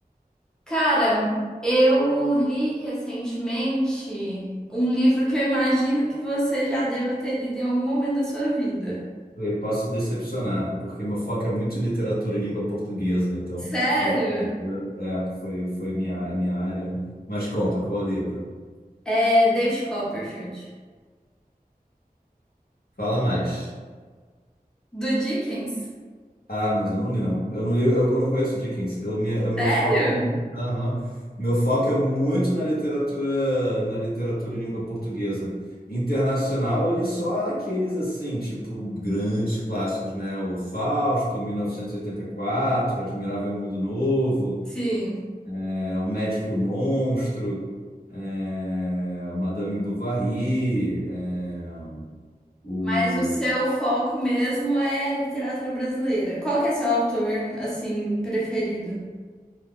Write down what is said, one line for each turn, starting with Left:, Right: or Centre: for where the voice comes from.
Centre: Cara, eu li recentemente um livro que eu imagino que você já deva ter lido em algum momento da sua vida.
Left: Eu posso decepcionar, porque meu foco é muito em literatura em língua portuguesa. Então,
Centre: Sério?
Left: se for estrangeiro, é, que foi, foi minha, a minha área, né? Mas conta, qual o livro?
Centre: É David Copperfield,
Left: Fala mais.
Centre: do Dickens.
Left: Ah, mas eu não li, não. Eu não li, eu, eu não conheço Dickens. Eu, minha, o meu
Centre: Sério?
Left: foco é, mu- Aham. Meu foco é muito na literatura, na literatura em língua portuguesa. Internacional, eu li só aqueles assim, tipo, grandes clássicos, né? O Fausto, mil e e oitenta e quatro, Admirável Mundo Novo,
Centre: Sim.
Left: é, O Médico e o Monstro, é, Madame Bovary, é, o
Centre: Mas o seu foco mesmo é literatura brasileira. Qual que é seu autor, assim, preferido?